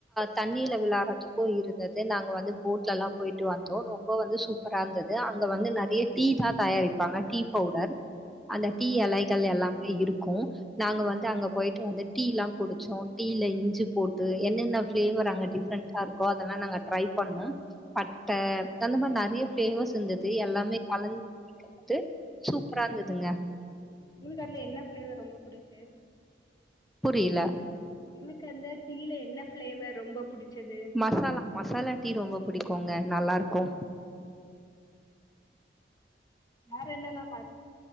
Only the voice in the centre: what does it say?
தண்ணில விளாடுறதுக்கு இருந்துது நாங்க வந்து போட்ல எல்லா போய்ட்டு வந்தோ ரொம்ப வந்து சூ ப்பராருந்துது அங்க வந்து நெறைய டீ தா தயாரிப்பாங்க டீ பவுடர் அந்த டீ எலைகள் எல்லாமே இருக்கு நாங்க வந்து அங்க போயிட்டு வந்து டீல்லா குடிச்சோ டீல இஞ்சி போட்டு என்னென்ன ஃபிளேவர் அங்க டிஃப்ரெண்டா இருக்கோ அதெல்லா நாங்க ட்ரை பண்ணோ பட்ட அந்த மாரி நெறைய ஃப்ளேவர்ஸ் இருந்துது எல்லாமே கலந்து குடிக்கறதுக்கு சூப்பரா இருந்துதுங்க
புரில
மசாலா மசாலா டீ ரொம்ப பிடிக்குங்க நல்லாருக்கு